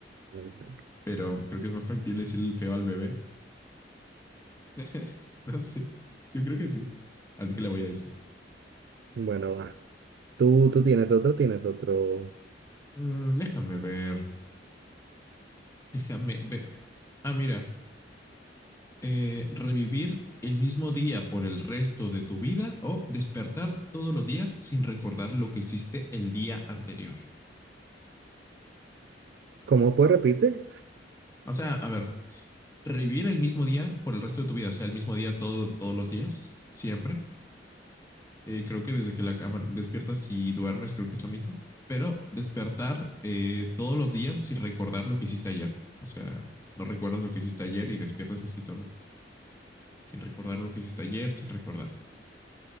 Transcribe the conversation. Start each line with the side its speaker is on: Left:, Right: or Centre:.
Right: <laughs>
Left: pero creo que es más factible decirle el feo al bebé <laughs> No sé. Yo creo que sí. Así que le voy a decir
Right: Bueno, va. Tú, tú tienes otro, tienes otro.
Left: Mm, déjame ver. Déjame ver. Ah, mira. eh, revivir el mismo día por el resto de tu vida o despertar todos los días sin recordar lo que hiciste el día anterior.
Right: ¿Cómo fue? Repite.
Left: O sea, a ver, revivir el mismo día por el resto de tu vida, o sea, el mismo día todo, todos los días, siempre, Eh, creo que desde que la cama- despiertas y duermes, creo que es lo mismo. Pero despertar eh, todos los días sin recordar lo que hiciste ayer. O sea, no recuerdas lo que hiciste ayer y despiertas así todos los días. Sin recordar lo que hiciste ayer, sin recordarlo.